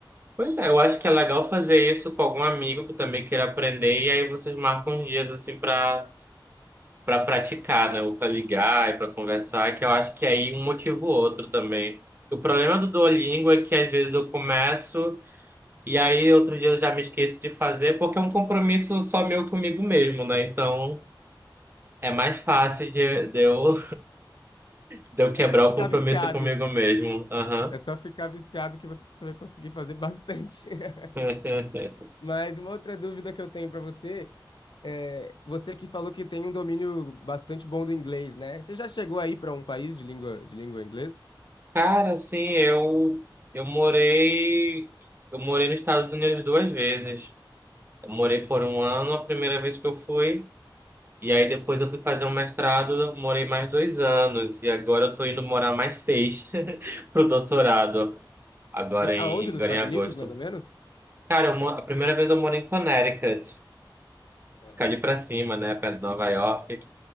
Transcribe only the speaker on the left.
É só ficar
viciado.
É só ficar viciado que você vai conseguir fazer bastante.
<laughs> Mas uma outra dúvida que eu tenho para você é, você que falou que tem um domínio bastante bom do inglês, né? Você já chegou aí para um país de língua de língua inglesa?
Em-
aonde? Dos
Estados
Unidos, mais ou menos?
Aham.